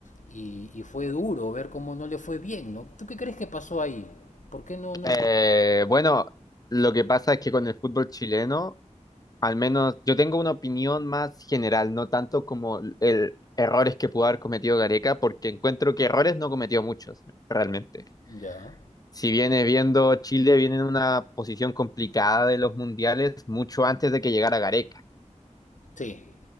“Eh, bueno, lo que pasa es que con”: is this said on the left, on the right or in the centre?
Left